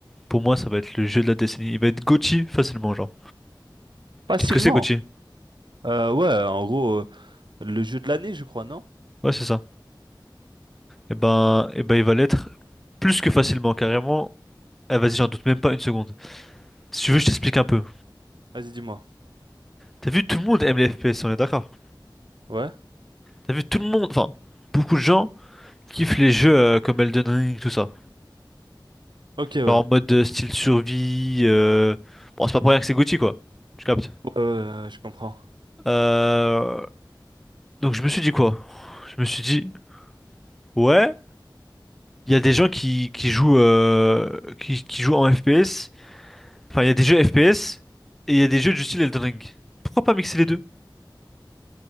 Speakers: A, in the centre; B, on the right (about 70°).
A: Pour moi, ça va être le jeu de la décennie. Il va être GOTY facilement, genre.
B: facilement.
A: Tu sais ce que c'est GOTY?
B: Euh, ouais, en gros, euh, le jeu de l'année, je crois, non?
A: Ouais, c'est ça. Et ben, et ben, il va l'être plus que facilement, carrément. Eh, vas-y, j'en doute même pas une seconde. Si tu veux, je t'explique un peu.
B: Vas-y, dis-moi.
A: T'as vu, tout le monde aime les FPS, on est d'accord?
B: Ouais?
A: T'as vu, tout le monde, enfin, beaucoup de gens kiffent les jeux euh, comme Elden Ring, tout ça.
B: Ok, ouais. Ouais,
A: Genre en mode euh, style survie. euh, Bon, c'est pas pour rien que c'est GOTY, quoi. Tu captes?
B: ouais, ouais, ouais, je comprends.
A: Euh, donc je me suis dit quoi? Je me suis dit, ouais, il y a des gens qui, qui jouent euh, qui, qui jouent en FPS. Enfin, il y a des jeux FPS et il y a des jeux du style Elden Ring. Pourquoi pas mixer les
B: Mhm.
A: deux?